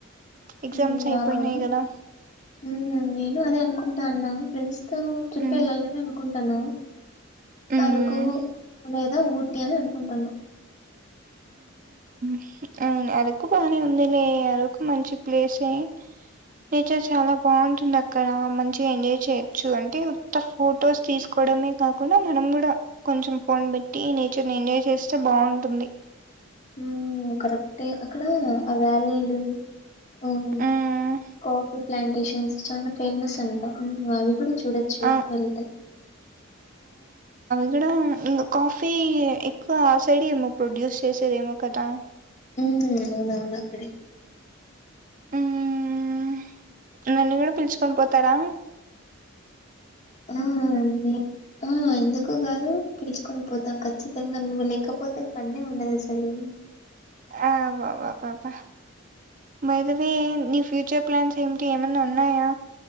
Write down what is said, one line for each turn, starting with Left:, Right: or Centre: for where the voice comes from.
Right: ఎగ్జామ్స్
Left: ఉమ్ నాకా
Right: అయిపోయినాయి కదా
Left: హ్మ్ నేను అదే అనుకుంటన ఫ్రెండ్స్ తో ట్రిప్
Right: మ్
Left: వెళ్ళాలని అనుకుంటాన్నా
Right: మ్
Left: అరకు లేదా ఊ టి అన్ అనుకుంటాన
Right: య మ్ ఎరకు బానే ఉందిలే అరకు మంచి ప్లేసే నేచర్ చాలా బాగుంటుంది అక్కడ మంచిగా ఎంజాయ్ చేయొచ్చు అంటే ఉత్త ఫొటోస్ తీసుకో డమే కాకుండా మనం కూడా కొంచెం ఫోన్ పెట్టి నేచర్ ని ఎంజాయ్ చేస్తే బాగుంటుంది
Left: హ్మ్ కరెక్టే అక్కడ ఆ వ్యాలీలు హ్మ్
Right: మ్మ్
Left: కాఫీ ప్లాంటేషన్స్ చాలా ఫేమస్ అంట హ్మ్ అవి కూడా చుడోచూ
Right: ఆ
Left: వెళ్తే
Right: అక్కడ ఉంగు కాఫీ ఎక్కువ ఆ సైడ ఏమో ప్రొడ్యూస్ చేసేదేమో కదా
Left: ఉమ్ అవునవును అక్కడే
Right: హ్మ్మ్మ్ నన్ను కూడా పిల్ చుకొని పోతారా
Left: ఆ ఆ ఆ వి ఆ <unintelligible> ఎందుకు కాదు పిల్ చుకొని పోతాం ఖచ్చితంగా నువ్వు లేకపోతే ఫన్నే ఉండదు అసలు
Right: ఆబబ ప ప బైదవే నీ ఫ్యూచర్ ప్లాన్స్ ఏమిటి ఏమన్నా ఉన్నాయా